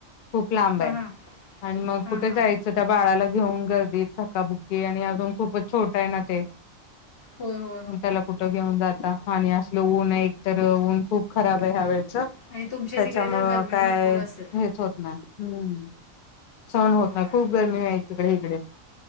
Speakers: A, on the left (about 70°); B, on the left (about 50°).
A: खूप लांब
B: हां
A: आहे
B: हां
A: आणि मग
B: हां
A: कुठे
B: हां
A: जायचं. त्या बाळाला घेऊन गर्दीत धक्काबुक्की आणि अजून खूपच छोट आहे ना ते.
B: हो हो.
A: त्याला कुठं घेऊन जाता आणि असल ऊन एक तर ऊन खूप खराब आहे ह्या वेळच. त्याच्यामुळं
B: आणि तुमच्या तिकडे तर गरमी
A: काय
B: भरपूर असेल
A: हेच होत नाही हम्. सण होत
B: होय
A: नाही खूप गरमी आहे तिकडे इकडे.